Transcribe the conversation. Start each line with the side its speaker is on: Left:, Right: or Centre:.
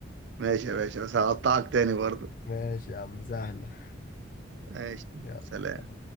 Right: ماشي يا باشا بس هقطعك تاني برضه
Left: ماشي يا عم سهلة
Right: ماشي
Left: يلا
Right: سلام